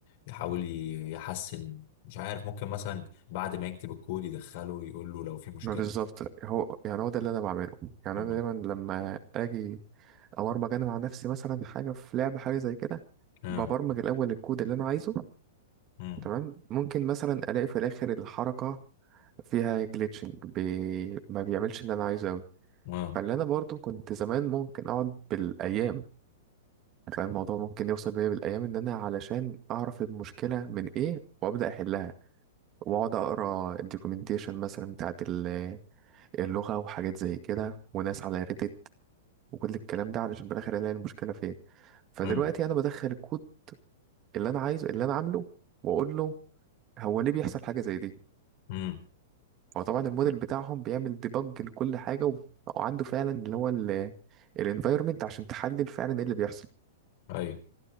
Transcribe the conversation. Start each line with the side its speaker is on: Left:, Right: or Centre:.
Left: يحاول ي- يحسن مش عارف ممكن مثلا بعد ما يكتب الكود يدخله يقول له لو في مشكلة
Right: ما بالظبط هو يعني هو ده اللي أنا بعمله يعني
Left: مم.
Right: أنا دايما لما أجي أبرمج أنا مع نفسي مثلا حاجة في لعبة حاجة زي كده
Left: مم.
Right: ببرمج الأول الكود اللي أنا عايزه
Left: مم.
Right: تمام ممكن مثلا ألاقي في الآخر الحركة فيها جليتشنج بي... ما بيعملش اللي أنا عايزه أوي
Left: مم.
Right: فاللي أنا برضو كنت زمان ممكن أقعد بالأيام فالموضوع ممكن يوصل بيا بالايام ان انا علشان اعرف المشكله من ايه وابدا احلها واقعد اقرا الدوكيومنتيشن مثلا بتاعت ال- اللغه وحاجات زي كده وناس على ريديت وكل الكلام ده علشان بالاخر الاقي المشكله فين فدلوقتي
Left: مم.
Right: انا بدخل الكود اللي انا عايزه اللي انا عامله واقول له هو ليه بيحصل حاجه زي دي
Left: مم.
Right: هو طبعا الموديل بتاعهم بيعمل ديبج لكل حاجه و- وعنده فعلا اللي هو الانفايرمنت عشان تحلل فعلا ايه اللي بيحصل
Left: اي